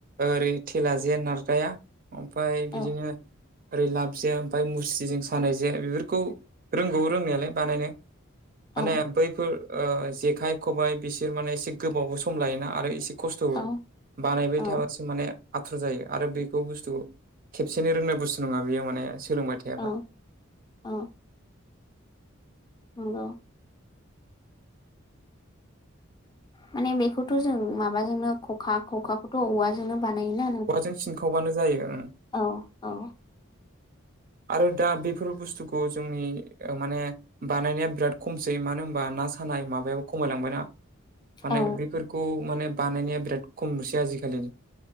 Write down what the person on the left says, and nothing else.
औ
औ
औ
औ
औ औ नंगौ माने बेखौथ' जों माबाजोंनो खखा खखाखौथ' औवाजोंनो बानायोना आरो
औ औ
औ